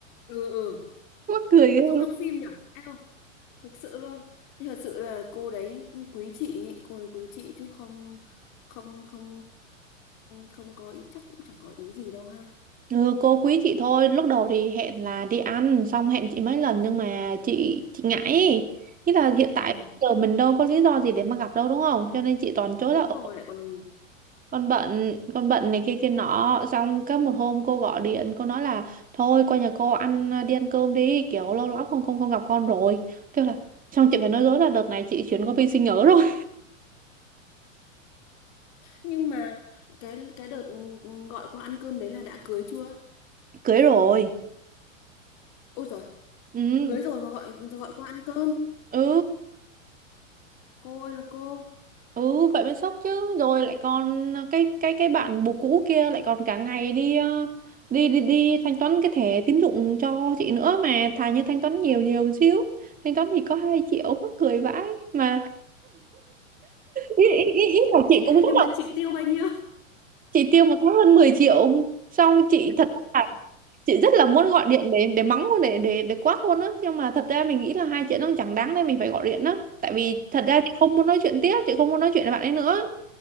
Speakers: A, on the left; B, on the right.
A: ừ ừ
B: Mắc cười ghê luôn.
A: giống trong phim nhỉ eo thực sự luôn Nhưng thật sự là cô đấy quý chị ý, cô đấy quý chị chứ không không không không có ý chắc cũng chẳng có ý gì đâu ha
B: Ừ, cô quý chị thôi lúc đầu thì hẹn là đi ăn xong hẹn chị mấy lần nhưng mà chị chị ngại ý. Nghĩa là hiện
A: Ừ.
B: tại giờ mình đâu có lý do gì để mà gặp đâu đúng không? Cho nên chị toàn chối
A: đúng
B: là "Ờ,
A: rồi lại còn
B: con bận con bận này kia kia nọ xong có một hôm cô gọi điện cô nói là thôi qua nhà cô ăn à, đi ăn cơm đi kiểu lâu lắm không không không gặp con rồi kêu là xong chị phải nói dối là đợt này chị chuyển qua bên sinh nhớ rồi
A: Nhưng mà cái cái đợt ừ, gọi qua ăn cơm đấy là đã cưới chưa?
B: <laughs> cưới rồi
A: Ôi trời,
B: ừ
A: cưới rồi mà gọi gọi qua ăn cơm.
B: ừ
A: Cô ơi là cô.
B: ừ vậy mới sốc chứ rồi lại còn cái cái cái bạn bồ cũ kia lại còn cả ngày đi ờ, đi đi đi thanh toán cái thẻ tín dụng cho chị nữa mà thà như thanh toán nhiều nhiều xíu thanh toán thì có hai triệu mắc cười vãi mà ý, ý, ý, ý là chị
A: <laughs>
B: cũng rất
A: Nhưng
B: là
A: mà chị tiêu bao nhiêu?
B: chị tiêu một tháng hơn 10 triệu xong chị thật là chị rất là muốn gọi điện để để mắng luôn để để để quát luôn á nhưng mà thật ra mình nghĩ là hai chuyện nó chẳng đáng nên mình phải gọi điện á tại vì thật
A: Ừ,
B: ra chị không muốn nói chuyện tiếp chị không muốn nói chuyện với bạn ấy nữa